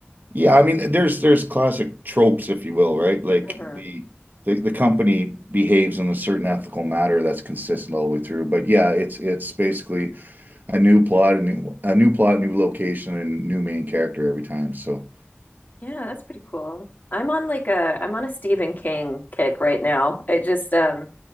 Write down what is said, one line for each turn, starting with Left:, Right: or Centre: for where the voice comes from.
Right: Yeah, I mean, there's there's classic tropes, if you will, right? Like
Left: hmm
Right: the the, the company behaves in a certain ethical matter that's consistent all the way through. But yeah, it's it's basically a new plot, a new a new plot, new location, and new main character every time. So
Left: Yeah, that's pretty cool. I'm on like a I'm on a Stephen King kick right now. I just um